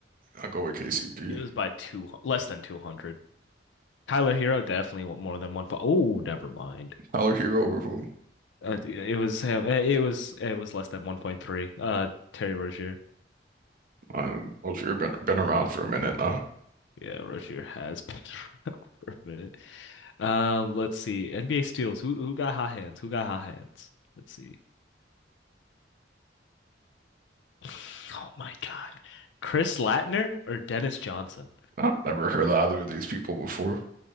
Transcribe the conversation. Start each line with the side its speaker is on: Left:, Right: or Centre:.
Right: I'll go with KCP.
Left: It was by two, less than 200. Tyler Hero definitely want more than one point. Oh, never mind.
Right: Tyler Hero or who?
Left: Uh, it was him. Uh, It was it was less than 1.3. Uh, Terry Rozier.
Right: I don't know. Rozier been been around for a minute now.
Left: Yeah, Rozier has been around <laughs> for a minute. Um, let's see. NBA steals. Who who got hot hands? Who got hot hands? Let's see. <sighs> Oh my God. Chris Latner or Dennis Johnson?
Right: I've never heard of either of these people before.